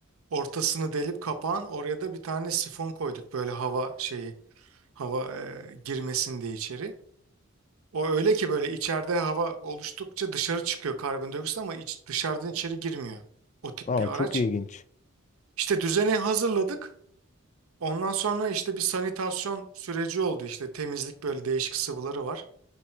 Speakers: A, on the right (about 85°); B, on the left (about 35°).
A: Ortasını delip kapağın oraya da bir tane sifon koyduk böyle hava şeyi, hava e, girmesin diye içeri. O öyle ki böyle içeride hava oluştukça dışarı çıkıyor karbondioksit ama iç, dışarıdan içeri girmiyor. O tip
B: Aa
A: bir araç.
B: çok ilginç.
A: İşte düzeni hazırladık. Ondan sonra işte bir sanitasyon süreci oldu işte temizlik böyle değişik sıvıları var.